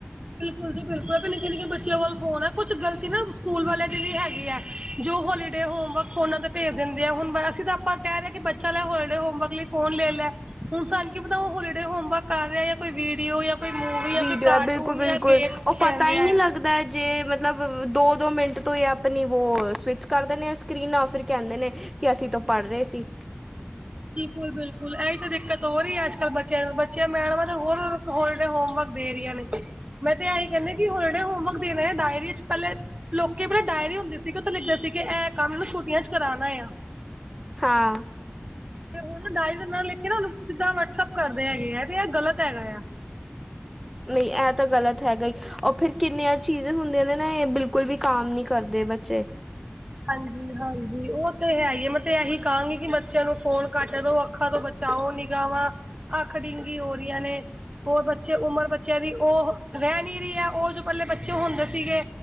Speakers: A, on the right; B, in the centre.
A: ਬਿਲਕੁਲ ਜੀ, ਬਿਲਕੁਲ। ਤੇ ਨਿੱਕੇ-ਨਿੱਕੇ ਬੱਚਿਆਂ ਕੋਲ ਫ਼ੋਨ ਐ। ਕੁਛ ਗ਼ਲਤੀ ਨਾ ਸਕੂਲ ਵਾਲਿਆਂ ਦੀ ਵੀ ਹੈਗੀ ਐਂ। ਜੋ ਹੋਲੀਡੇ-ਹੋਮਵਰਕ ਫ਼ੋਨਾਂ ਤੇ ਭੇਜ ਦਿੰਦੇ ਆ। ਹੁਣ ਮੈਂ, ਅਸੀਂ ਤਾਂ ਆਪਾਂ ਕਹਿ ਰਹੇ ਕਿ ਬੱ ਚਲ ਐਹ ਹੋਲਡੇ-ਹੋਮਵਰਕ ਲਈ ਫ਼ੋਨ ਲੇਲੈ। ਹੁਣ ਸਾਨੂੰ ਕੀ ਪਤਾ, ਉਹ ਹੋਲੀਡੇ ਹੋਮਵਰਕ ਕਰ ਰਿਹਾ। ਜਾਂ ਕੋਈ ਵੀਡੀਓ ਜਾਂ ਕੋਈ ਮੂਵੀ ਜਾਂ
B: ਵੀਡੀਓ
A: ਕੋਈ ਕਾਰਟੂਨ
B: ਐ। ਬਿਲਕੁਲ-ਬਿਲਕੁਲ।
A: ਜਾਂ ਗੇਮ
B: ਉਹ
A: ਖੇਲ
B: ਪਤਾ
A: ਰਿਹਾ
B: ਈ ਨੀ ਲੱਗ
A: ਆ
B: ਲਗਦਾ ਜੇ ਮਤਲਬ, ਦੋ-ਦੋ ਮਿੰਟ ਤੋਂ ਇਹ ਆਪਣੀ ਵੋ, ਸਵਿੱਚ ਕਰ ਦੇਨੇ ਆ ਸਕ੍ਰੀਨ। ਨਾ ਫਿਰ ਕਹਿੰਦੇ ਨੇ ‌ ਕਿ ਅਸੀਂ ਤੋਂ ਪੜ੍ਹ ਰਹੇ ਸੀ।
A: ਬਿਲਕੁੱਲ-ਬਿਲਕੁੱਲ। ਐਈ ਤੇ ਦਿੱਕਤ ਹੋ ਰਹੀ ਐ, ਅੱਜ-ਕੱਲ੍ਹ ਬੱਚਿਆਂ ਨੂੰ। ਬੱਚੇ ਮੈਡਮਾਂ ਦੇ ਹੋਰ ਹੋਲੀ-ਡੇ-ਹੋਮਵਰਕ ਦੇ ਰਹੀਆਂ ਨੇ। ਮੈਂ ਤੇ ਐਹੀ ਕਹਿੰਨੀ ਕਿ ਹੋਲੀ-ਡੇ-ਹੋਮਵਰਕ ਦੇਣਾ ਐ। ਡਾਇਰੀ 'ਚ ਪਹਿਲੇ ਲੋਕੀ ਆਪਣੇ ਡਾਇਰੀ ਹੁੰਦੀ ਸੀ। ਕਿ ਉਥੇ ਲਿਖਦੇ ਸੀ ਕਿ ਇਹ ਕੰਮ ਛੁੱਟੀਆਂ 'ਚ ਕਰਾਂਣਾ ਆ।
B: ਹਾਂ।
A: ਤੇ ਹੁਣ ਉਹ ਡਾਇਰੀ ਦੇ ਨਾ ਲਿਖਕੇ ਨਾ। ਉਹਨੂੰ ਸਿੱਧਾ ਵਟਸਐਪ ਕਰਦੇ ਹੈਗੇ ਆ ਤੇ ਇਹ ਗ਼ਲਤ ਹੈਗਾ ਆ।
B: ਨਹੀਂ, ਐਹ ਤਾਂ ਗ਼ਲਤ ਹੈਗਾ ਈ ਉਹ ਫਿਰ ਕਿੰਨੀਆਂ ਚੀਜ਼ੇ ਹੁੰਦੀਆਂ ਨੇ ਨਾ। ਇਹ ਬਿਲਕੁਲ ਵੀ ਕਾਮ ਨੀ ਕਰਦੇ ਬੱਚੇ।
A: ਹਾਂਜੀ-ਹਾਂਜੀ। ਉਹ ਤੇ ਹੈਈ ਐ। ਮੈਂ ਤੇ ਐਹੀ ਕਹਾਂਗੀ ਕਿ ਬੱਚਿਆਂ ਨੂੰ ਫ਼ੋਨ ਘੱਟ ਦ‌ਓ। ਉਹ ਅੱਖਾਂ ਤੋਂ ਬਚਾਓ ਨਿਗ੍ਹਾਵਾ। ਅੱਖ ਡਿੰਗੀ ਹੋਰੀਆਂ ਨੇ ਹੋਰ ਬੱਚੇ, ਉਮਰ ਬੱਚਿਆਂ ਦੀ ਉਹ ਰਹਿ ਨੀ ਰੀ ਐ। ਉਹ ਜੋ ਪਹਿਲੇ ਬੱਚੇ ਹੁੰਦੇ ਸੀਗੇ।